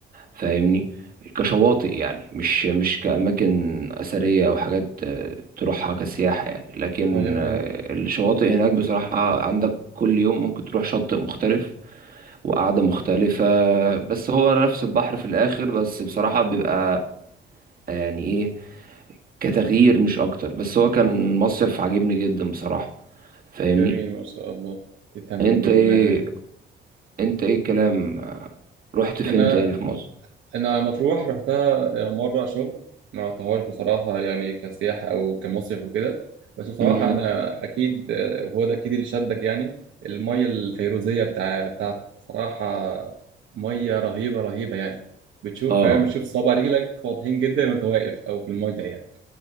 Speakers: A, on the right; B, on the right.
A: فاهمني كشواطئ يعني مش مش كأماكن أثرية أو حاجات آه، تروحها كسياحة يعني لكن
B: انا فهمت
A: آه، الشواطئ هناك بصراحة عندك كل يوم ممكن تروح شاطئ مختلف وقعدة مختلفة بس هو نفس البحر في الآخر بس بصراحة بيبقى آه، يعني إيه كتغيير مش أكتر بس هو كان مصيف عجبني جدا بصراحة فاهمني
B: جميل ما شاء الله تتهم
A: أنت
B: باذن
A: إيه
B: الله يا حبيبي
A: انت ايه الكلام آه، رحت فين
B: انا
A: تاني في مصر
B: انا مطروح رحتها مره شغل ما رحتهاش بصراحه يعني كسياحه او كمصيف وكده بس بصراحه
A: امم
B: انا اكيد وهو ده اكيد اللي شدك يعني الميه الفيروزيه بتاع بتاعتك بصراحه ميه رهيبه رهيبه يعني بتشوف
A: اه
B: فاهم بتشوف صوابع رجلك واضحين جدا وانت واقف او في الميه يعني